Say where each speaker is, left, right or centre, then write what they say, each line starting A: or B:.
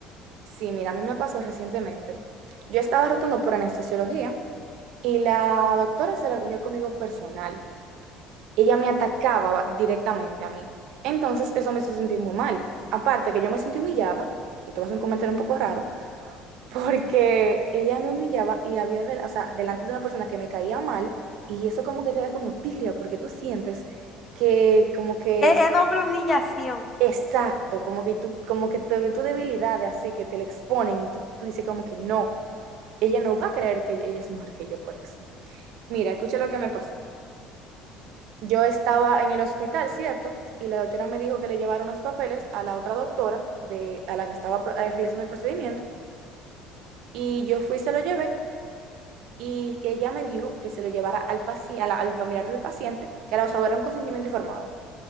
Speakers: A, on the right; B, on the left.
A: sí, mira, a mí me pasó recientemente. Yo estaba rotando por anestesiología y la doctora se la cogió conmigo personal. Ella me atacaba directamente a mí. Entonces, eso me hizo sentir muy mal. Aparte que yo me sentí humillada, esto va a ser un comentario un poco raro, porque ella me humillaba y había, del- o sea, delante de una persona que me caía mal y eso como que te da como tirria porque tú sientes que como que
B: Que
A: es
B: es doble humillación,
A: exacto, como que tú, como que te ve tu debilidad de así, que te la exponen y tú, tú dices como que no, ella no va a creer que ella es mejor que yo por eso. Mira, escucha lo que me pasó. Yo estaba en el hospital, ¿cierto? Y la doctora me dijo que le llevara unos papeles a la otra doctora de, a la que estaba pro- eh, realizando el procedimiento. Y yo fui, se lo llevé y ella me dijo que se lo llevara al, paci- a la- al familiar del paciente, que era, o sea, era un consentimiento informado.